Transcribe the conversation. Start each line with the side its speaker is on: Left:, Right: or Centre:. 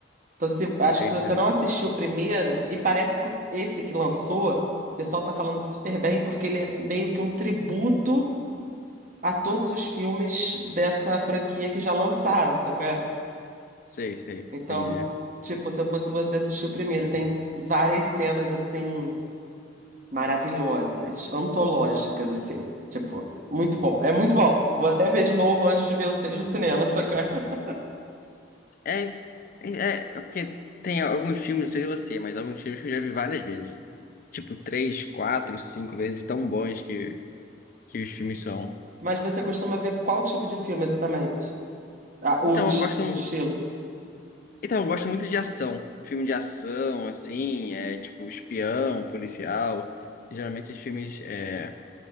Right: Então, se, acho
Left: Sei,
Right: que se você
Left: sei,
Right: não assistiu o primeiro, e parece que o- esse que lançou, o pessoal tá falando super bem, porque ele é meio que um tributo a todos os filmes dessa franquia que já lançaram, sabe qual é?
Left: sei, sei,
Right: Então,
Left: entendi.
Right: tipo, se eu fosse você assistir o primeiro, tem várias cenas assim maravilhosas, antológicas, assim. Tipo, muito bom. É muito bom. Vou até ver de novo antes de ver o seis no cinema, só que... <laughs>
Left: É, é, é porque tem alguns filmes, não sei se é você, mas alguns filmes que eu já vi várias vezes. Tipo, três, quatro, cinco vezes tão bons que, que os filmes são.
Right: Mas você costuma ver qual tipo de filme exatamente? Ah, o,
Left: Então,
Right: ti-
Left: eu gosto,
Right: o estilo.
Left: então, eu gosto muito de ação. Filme de ação, assim, é tipo espião, policial. Geralmente esses filmes é,